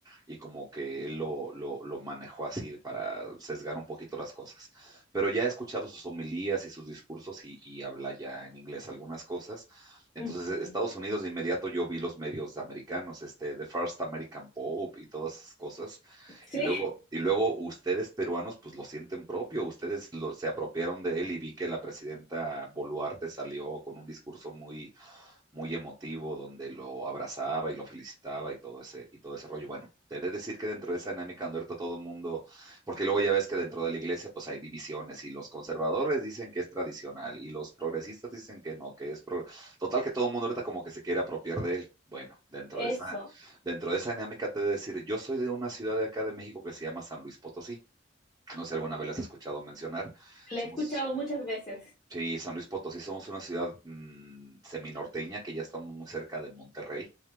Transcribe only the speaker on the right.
y como que él lo, lo, lo manejó así para sesgar un poquito las cosas pero ya he escuchado sus homilías y sus discursos y, y habla ya en inglés algunas cosas. Entonces,
e, Estados Unidos de inmediato yo vi los medios americanos, este, The First American Pope y todas esas cosas.
Y luego, y luego ustedes peruanos, pues lo sienten propio, ustedes lo- se apropiaron de él y vi que la presidenta Boluarte salió con un discurso muy, muy emotivo donde lo abrazaba y lo felicitaba y todo ese, y todo ese rollo. Bueno, te he de decir que dentro de esa dinámica donde ahorita todo el mundo porque luego ya ves que dentro de la iglesia pues hay divisiones y los conservadores dicen que es tradicional y los progresistas dicen que no, que es pro... total que todo el mundo ahorita como que se quiere apropiar de él. Bueno, dentro
de esa dentro de esa dinámica te he de decir, yo soy de una ciudad de acá de México que se llama San Luis Potosí. No sé si alguna vez la has escuchado mencionar.
Somos
Sí, San Luis Potosí somos una ciudad mm, seminorteña que ya estamos muy cerca de Monterrey,